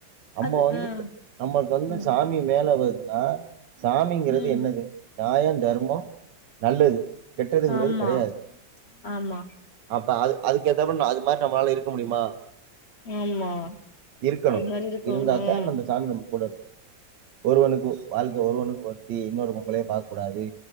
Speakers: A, on the right (about 65°); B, on the left (about 45°).
A: நம்ம
B: அது
A: வந்துட்டு
B: ஆ
A: நமக்கு வந்து
B: ம்
A: சாமி மேல வருது துன சாமிங்கிறது
B: ம்
A: என்னது நாயன் தர்மம் நல்லது கெட்டதுங்கிறது
B: ஆமா
A: கெடையாது
B: ஆமா
A: அப்ப அது அதுக்கு ஏத்தபால அது மாரி நம்மளால இருக்க முடியுமா
B: ஆமா
A: இருக்கணும்
B: அது மாரி இருக்கும்
A: இருந்தாத்தான்
B: ம்
A: அந்த சாமி <inaudible> ஒருவனுக்கு வால்க்க ஒருவனுக்கு ஒருத்தி இன்னொரு பொம்பளைய பாக்க கூடாது